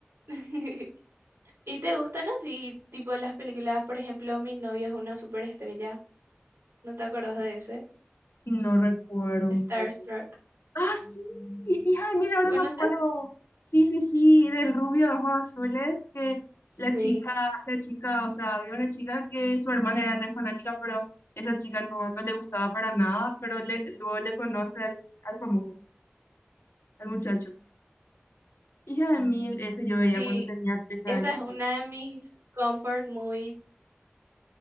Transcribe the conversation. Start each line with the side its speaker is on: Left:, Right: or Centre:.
Right: <laughs> ¿Y te gustan así, tipo las películas, por ejemplo, Mi novia es una superestrella? ¿No te acuerdas de ese?
Left: No recuerdo
Right: Starstruck.
Left: un poco. Ah, sí, hija de mil, ahora
Right: ¿Conoces?
Left: me acuerdo. Sí, sí, sí, del rubio de ojos azules, que
Right: Sí,
Left: la chica, la chica, o sea, había una chica que su hermana era re fanática, pero esa chica no, no le gustaba para nada, pero le, luego le conoce al, al famoso, al muchacho. Hija de mil, eso yo
Right: sí,
Left: veía cuando tenía 13
Right: esa
Left: años.
Right: es una de mis comfort movies.